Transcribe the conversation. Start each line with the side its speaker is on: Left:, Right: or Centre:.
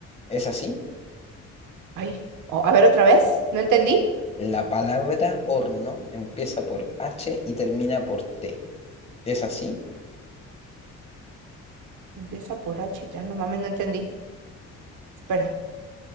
Left: ¿Es así?
Right: Ay, o- a ver otra vez. ¿No entendí?
Left: La palabra horno empieza por H y termina por T. ¿Es así?
Right: Empieza por H. y No mames, no entendí. Espera.